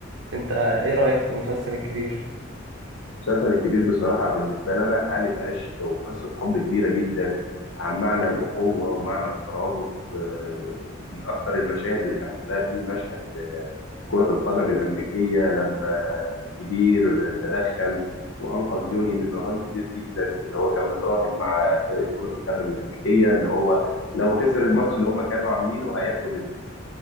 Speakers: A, on the right; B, on the left.
A: أنت إيه رأيك في المسلسل الكبير؟
B: المسلسل الكبير بصراحة بالنسبة لنا حالة عشق وقصة حب كبيرة جدا عن معنى الأخوة ومعنى الترابط آه، من أكتر المشاهد اللي بحبها فيه مشهد آه، كرة القدم الأمريكية لما الكبير تدخل وأنقذ يوني من رهان كبير جدا إن هو كان متراهن مع فرقة كرة القدم الأمريكية إن هو لو خسر الماتش اللي هم كانوا عاملينه هياكل